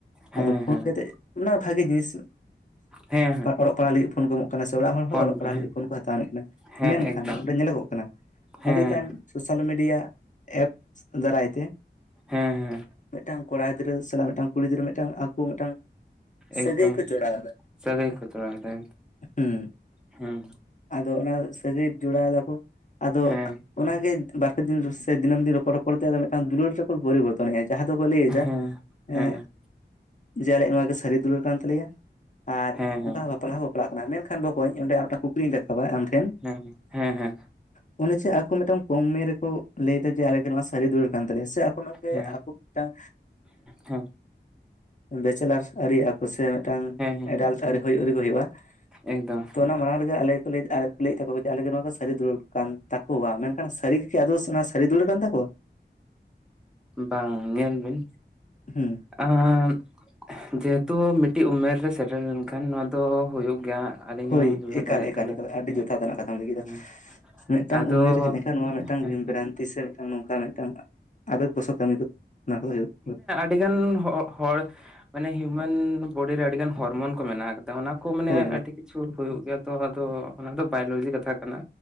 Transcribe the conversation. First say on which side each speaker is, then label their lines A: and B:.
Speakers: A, in the centre; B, on the left.
A: ᱦᱮᱸ
B: ᱟᱫᱚ ᱯᱷᱳᱱ
A: ᱦᱮᱸ ᱦᱮᱸ
B: ᱠᱟᱛᱮᱫ ᱢᱟ ᱵᱷᱟᱜᱮ ᱡᱤᱱᱤᱥ
A: ᱦᱮᱸ ᱦᱮᱸ
B: ᱚᱞᱚᱜ ᱯᱟᱲᱦᱟᱜ ᱞᱟᱹᱜᱤᱫ ᱯᱷᱳᱱ ᱠᱚ ᱮᱢᱚᱜ ᱠᱟᱱᱟ ᱚᱲᱟᱜ ᱦᱚᱲ ᱦᱚᱸ
A: ᱯᱷᱳᱱ
B: ᱚᱞᱚᱜ ᱯᱟᱲᱦᱟᱜ
A: ᱦᱮᱸ
B: ᱞᱟᱹᱜᱤᱫ ᱯᱷᱳᱱ ᱠᱚ ᱦᱟᱛᱟᱣ ᱟᱹᱱᱤᱡ ᱠᱟᱱᱟ
A: ᱦᱮᱸ
B: ᱢᱮᱱᱠᱷᱟᱱ
A: ᱮᱠᱫᱚᱢ
B: ᱧᱮᱞᱚᱜᱚᱜ ᱠᱟᱱᱟ
A: ᱦᱮᱸ
B: ᱟᱹᱰᱤᱜᱟᱱ ᱥᱳᱥᱟᱞ ᱢᱤᱰᱤᱭᱟ ᱮᱯᱥ ᱫᱟᱨᱟᱭ ᱛᱮ
A: ᱦᱮᱸ ᱦᱮᱸ
B: ᱢᱤᱫᱴᱟᱝ ᱠᱚᱲᱟ ᱜᱤᱫᱽᱨᱟᱹ ᱥᱟᱞᱟᱜ ᱢᱤᱫᱴᱟᱝ ᱠᱩᱲᱤ ᱜᱤᱫᱽᱨᱟᱹ ᱢᱤᱫᱴᱟᱝ ᱟᱠᱚ ᱢᱤᱫᱴᱟᱝ ᱥᱟᱹᱜᱟᱹᱭ
A: ᱮᱫᱚᱢ
B: ᱠᱚ ᱡᱚᱲᱟᱣ ᱮᱫᱟ
A: ᱥᱟᱹᱜᱟᱹᱭ ᱠᱚ ᱡᱚᱲᱟᱣ ᱮᱫᱟ
B: ᱦᱩᱸ
A: ᱦᱩᱸ
B: ᱟᱫᱚ ᱚᱱᱟ ᱥᱟᱹᱜᱟᱹᱭ ᱡᱚᱲᱟᱣ ᱫᱟᱠᱚ ᱟᱫᱚ
A: ᱦᱮᱸ
B: ᱚᱱᱟᱜᱮ ᱵᱟᱨ ᱯᱮ ᱫᱤᱱ ᱥᱮ ᱫᱤᱱᱟᱹᱢ ᱫᱤᱱ ᱨᱚᱯᱚᱲ ᱨᱚᱯᱚᱲ ᱛᱮ ᱢᱤᱫᱴᱟᱝ ᱫᱩᱞᱟᱹᱲ ᱯᱚᱨᱤᱵᱚᱨᱛᱚᱱ ᱡᱟᱦᱟᱸ ᱫᱚᱠᱚ ᱞᱟᱹᱭ ᱮᱫᱟ
A: ᱦᱮᱸ
B: ᱮᱸᱜ
A: ᱦᱮᱸ
B: ᱡᱮ ᱟᱞᱮᱭᱟᱜ ᱱᱚᱣᱟ ᱜᱮ ᱥᱟᱹᱨᱤ ᱫᱩᱞᱟᱹᱲ ᱠᱟᱱ ᱛᱟᱞᱮᱭᱟ ᱟᱨ
A: ᱦᱮᱸ ᱦᱮᱸ ᱦᱮᱸ
B: ᱚᱱᱠᱟ ᱵᱟᱯᱞᱟ ᱦᱚᱸᱠᱚ ᱵᱟᱯᱞᱟᱜ ᱠᱟᱱᱟ ᱠᱷᱟᱱ ᱵᱚᱠᱚᱧ ᱚᱸᱰᱮ ᱟᱨ ᱢᱤᱫᱴᱟᱝ ᱠᱩᱠᱞᱤᱧ ᱨᱟᱠᱟᱵᱟ ᱟᱢ ᱴᱷᱮᱱ
A: ᱦᱮᱸ ᱦᱮᱸ ᱦᱮᱸ
B: ᱚᱱᱮ ᱡᱮ ᱟᱠᱚ ᱢᱤᱫᱴᱟᱝ ᱠᱚᱢ ᱩᱢᱮ ᱨᱮᱠᱚ ᱞᱟᱹᱭ ᱮᱫᱟ ᱡᱮ ᱟᱞᱮ ᱜᱮ ᱱᱚᱶᱟ ᱥᱟᱹᱨᱤ ᱫᱩᱞᱟᱹᱲ ᱠᱟᱱ ᱛᱟᱞᱮᱭᱟ ᱥᱮ ᱜᱮ
A: ᱦᱮᱸ
B: ᱟᱠᱚ ᱢᱤᱫᱴᱟᱝ
A: ᱦᱮᱸ
B: ᱵᱮᱪᱮᱞᱟᱨ ᱟᱹᱨᱤ ᱟᱠᱚ ᱥᱮ ᱢᱤᱫᱴᱟᱝ
A: ᱦᱮᱸ
B: ᱮᱰᱟᱞᱴ ᱟᱹᱣᱨᱤ ᱦᱩᱭᱩᱜ ᱨᱮᱜᱮ ᱦᱩᱭᱩᱜᱼᱟ
A: ᱮᱠᱫᱚᱢ
B: ᱛᱚ ᱚᱱᱟ ᱢᱟᱲᱟᱝ ᱨᱮᱜᱮ ᱟᱞᱮ ᱞᱟᱹᱭ ᱮᱫᱟ ᱛᱟᱠᱚᱣᱟ ᱟᱞᱮ ᱱᱚᱣᱟ ᱜᱮ ᱥᱟᱹᱨᱤ ᱫᱩᱞᱟᱹᱲ ᱠᱟᱱ ᱛᱟᱠᱚᱣᱟ ᱢᱮᱱᱠᱷᱟᱱ ᱥᱟᱹᱨᱤ ᱟᱫᱚ ᱚᱱᱟ ᱥᱟᱹᱨᱤ ᱫᱩᱞᱟᱹᱲ ᱠᱟᱱ ᱛᱟᱠᱚᱣᱟ
A: ᱵᱟᱝ ᱧᱮᱞ ᱵᱤᱱ
B: ᱦᱩᱸ
A: ᱮᱸᱫ ᱡᱮᱦᱚᱛᱩ ᱢᱤᱫᱴᱤᱡ ᱩᱢᱮᱨ ᱨᱮ ᱥᱮᱴᱮᱨ ᱞᱮᱱᱠᱷᱟᱱ ᱱᱚᱣᱟ ᱫᱚ ᱦᱩᱭᱩᱜ ᱜᱮᱭᱟ ᱟᱹᱞᱤᱧ
B: ᱦᱳᱭ
A: ᱦᱚᱸ ᱵᱩᱡᱷᱟᱹᱣ
B: ᱮᱠᱟᱞᱻᱮᱠᱟᱞᱻᱮᱠᱟᱞ
A: ᱫᱟᱲᱮᱭᱟᱜ ᱠᱟᱱᱟ
B: ᱟᱹᱰᱤ
A: ᱦᱮᱸ
B: ᱡᱚᱛᱷᱟᱛ ᱟᱱᱟᱜ ᱠᱟᱛᱷᱟᱢ ᱞᱟᱹᱭ ᱠᱮᱫᱟ
A: ᱦᱮᱸ
B: ᱾ ᱢᱤᱫᱴᱟᱝ
A: ᱟᱫᱚ
B: ᱩᱢᱮᱨ ᱦᱮᱡ ᱞᱮᱱᱠᱷᱟᱱ ᱱᱚᱣᱟ ᱢᱤᱫᱴᱟᱝ
A: ᱦᱮᱸ
B: ᱵᱷᱤᱢᱵᱷᱨᱟᱱᱛᱤ
A: ᱦᱮᱸ
B: ᱥᱮ ᱢᱤᱫᱴᱟᱝ ᱱᱚᱝᱠᱟ ᱢᱤᱫᱴᱟᱝ ᱟᱵᱜ ᱵᱚᱥ ᱠᱟᱹᱢᱤ ᱠᱚ ᱚᱱᱟ ᱠᱚ ᱦᱩᱭᱩᱜ <unintelligible>
A: ᱟᱹᱰᱤ ᱜᱟᱱ ᱦᱚᱲ ᱢᱟᱱᱮ ᱦᱤᱭᱩᱢᱮᱱ ᱵᱚᱰᱤ ᱨᱮ ᱟᱹᱰᱤ ᱜᱟᱱ ᱦᱚᱨᱢᱚᱱ ᱠᱚ ᱢᱮᱱᱟᱜ ᱠᱟᱫᱟ ᱚᱱᱟ ᱠᱚ ᱢᱟᱱᱮ
B: ᱦᱳᱭ ᱦᱳᱭ
A: ᱟᱹᱰᱤ ᱠᱤᱪᱷᱩ ᱦᱩᱭᱩᱜ ᱜᱮᱭᱟ, ᱛᱚ ᱟᱫᱚ ᱚᱱᱟ ᱫᱚ ᱵᱟᱭᱳᱞᱚᱡᱤ ᱠᱟᱛᱷᱟ ᱠᱟᱱᱟ